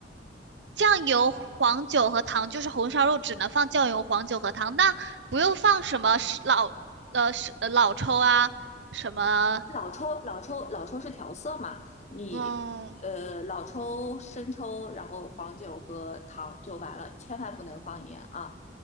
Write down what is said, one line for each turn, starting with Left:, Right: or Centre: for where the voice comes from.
Right: 酱油、黄酒和糖就是红烧肉只能放酱油、黄酒和糖，那不用放什么是老呃是呃老抽啊，什么
Left: 老抽，老抽，老抽是调色嘛？你
Right: 嗯
Left: 呃，老抽、生抽，然后黄酒和糖就完了，千万不能放盐啊！